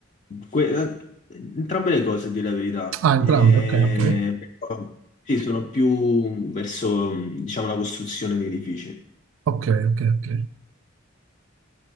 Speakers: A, on the left; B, on the right.
A: que- eh, Entrambe le cose, a dire la verità.
B: Ah, entrambe,
A: Ehm,
B: ok, ok,
A: però, Sì, sono più verso, diciamo, la costruzione di edifici.
B: ok, ok, ok.